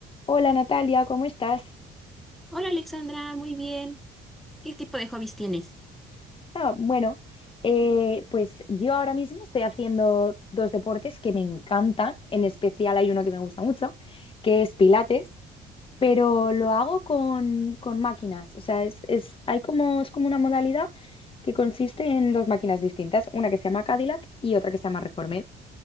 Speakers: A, on the left; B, in the centre.
A: Hola Natalia, ¿cómo estás?
B: Hola Alexandra, muy bien. ¿Qué tipo de hobbies tienes?
A: Ah, bueno, eh, pues yo ahora mismo estoy haciendo dos deportes que me encantan, en especial hay uno que me gusta mucho, que es Pilates, pero lo hago con, con máquinas, o sea, es, es- hay como, es como una modalidad que consiste en dos máquinas distintas, una que se llama Cadillac y otra que se llama Reformer,